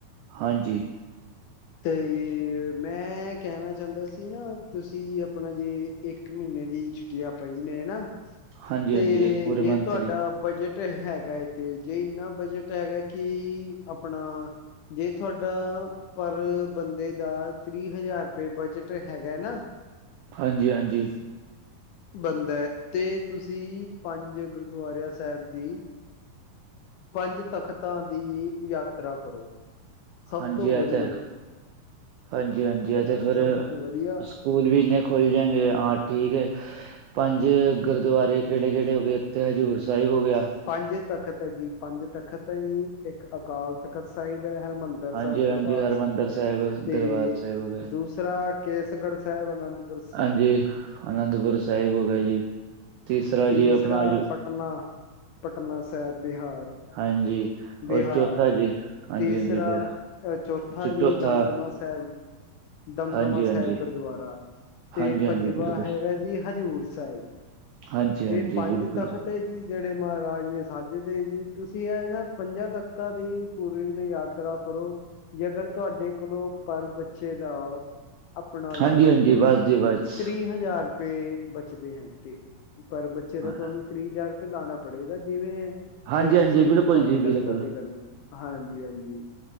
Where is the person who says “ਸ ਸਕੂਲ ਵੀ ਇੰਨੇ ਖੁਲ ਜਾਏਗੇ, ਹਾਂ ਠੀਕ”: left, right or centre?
Right